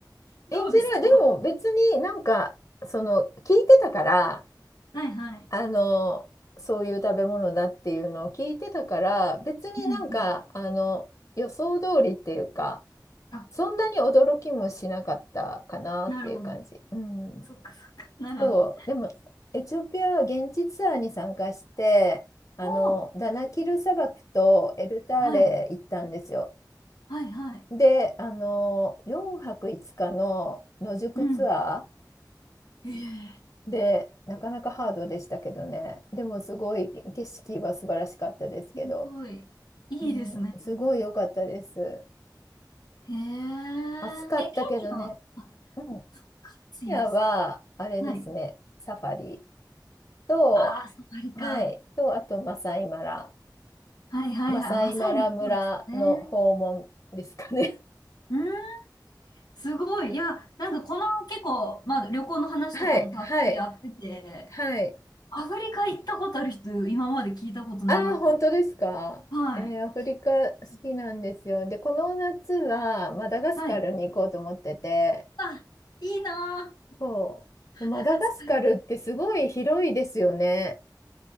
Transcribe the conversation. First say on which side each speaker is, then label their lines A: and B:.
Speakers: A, on the left; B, on the left.
A: どうですか
B: エンジェラ、でも別になんか、
A: <laughs>
B: その、聞いてたから、
A: はいはい。
B: あの、そういう食べ物だっていうのを聞いてたから、別になんか、
A: うんうん。
B: あの、予想通りっていうか、
A: あ、
B: そんなに驚きもしなかったかなっていう感じ。
A: なるほど。
B: うん。
A: そっかそっか。なら。
B: そう、でも、エチオピアは現地ツアーに参加して、あの、
A: おお、
B: ダナキル砂漠とエルターレ行ったんですよ。
A: はい。はいはい。
B: で、あの、4泊5日の野宿ツアー、
A: うん。へえ、
B: で、なかなかハードでしたけどね。でもすごい景色は素晴らしかったですけど、
A: すごい。いいですね。
B: うん、すごい良かったです。
A: へえ。
B: 暑かったけどね。
A: え、ケニアは、あ、
B: うん。
A: そっか、暑いんですね。
B: ケニアは、あれですね、
A: はい。
B: サファリと、
A: ああ、サファリか。
B: はい、と、あとマサイマラ、
A: はいはいはい。
B: マサイマラ村の訪問ですかね。
A: マサイもそうですかね。うん。すごい。いや、なんかこの結構、まあ旅行の話とかもたっぷりやってて、
B: <laughs> はい、はい、はい。
A: アフリカ行ったことある人、今まで聞いたことなかったです。
B: ああ、本当ですか。
A: はい。
B: えーアフリカ好きなんですよ。
A: そう
B: で、この夏はマダガスカルに行こうと思ってて、
A: はい。あ、いいなぁ。
B: そう。マダガスカルってすごい広いですよね。
A: カスカル